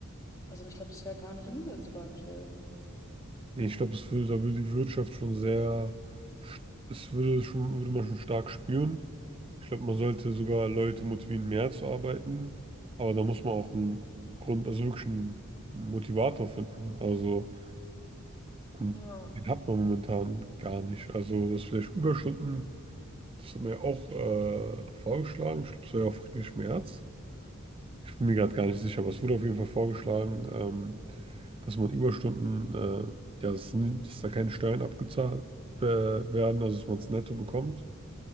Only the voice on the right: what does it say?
Nee, Ich glaube, es würde, da würde die Wirtschaft schon sehr, sch- es würde schon, würde man schon stark spüren. Ich glaube, man sollte sogar Leute motivieren, mehr zu arbeiten, aber da muss man auch einen Grund, also wirklich einen Motivator finden. Also, und
den hat man momentan gar nicht. Also, dass vielleicht Überstunden Das hat mir auch äh, vorgeschlagen. Ich glaube, es war ja auch Friedrich Merz. Ich bin mir gerade gar nicht sicher, aber es wurde auf jeden Fall vorgeschlagen, ähm, dass man Überstunden, äh, ja, dass, nie- dass da keine Steuern abgezahlt wer- werden, also dass man es netto bekommt.